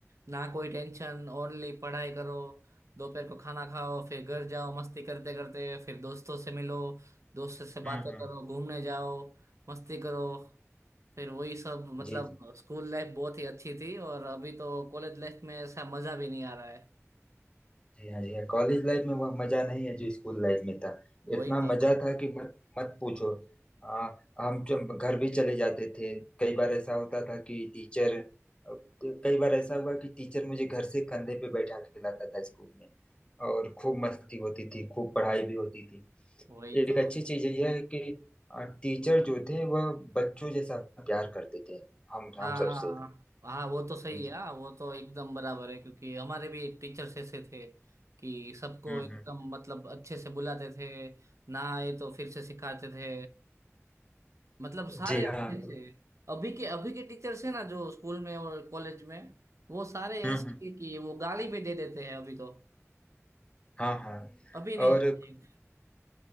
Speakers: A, on the right; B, on the left.
A: ना कोई टेंशन ओनली पढ़ाई करो दोपहर को खाना खाओ फिर घर जाओ मस्ती करते करते फिर दोस्तों से मिलो दोस्तों से
B: हम्म
A: बातें
B: हम्म
A: करो घूमने जाओ मस्ती करो फिर वही सब मतलब
B: जी जी
A: स्कूल लाइफ बहुत ही अच्छी थी और अभी तो कॉलेज लाइफ में ऐसा मजा भी नहीं आ रहा है
B: जी हाँ जी हाँ कॉलेज लाइफ में वह मजा नहीं है जो स्कूल लाइफ में था
A: वही
B: इतना
A: तो
B: मजा था कि मत मत पूछो आ, हम जब घर भी चले जाते थे कई बार ऐसा होता था कि टीचर कई बार ऐसा हुआ कि टीचर मुझे घर से कंधे पे बैठा के लाता था स्कूल में और खूब मस्ती होती थी खूब पढ़ाई भी होती थी
A: वही
B: एक
A: तो
B: अच्छी चीज यह है कि आ, टीचर जो थे वह बच्चों जैसा प्यार करते थे हम
A: हाँ
B: हम सबसे
A: हाँ हाँ हाँ, वो तो सही
B: जी जी
A: है हाँ, वो तो एकदम बराबर है क्योंकि हमारे भी एक टीचर्स ऐसे थे कि सबको
B: हम्म
A: एकदम
B: हम्म
A: मतलब अच्छे से बुलाते थे ना आए तो फिर से सिखाते थे मतलब सारे
B: जी हाँ
A: अच्छे
B: तो-
A: थे अभी के अभी के टीचर्स है ना जो स्कूल में और कॉलेज में वो सारे
B: हम्म
A: ऐसे
B: हम्म
A: हैं कि वो गाली भी दे देते हैं अभी तो
B: हाँ हाँ
A: अभी नहीं
B: और
A: है।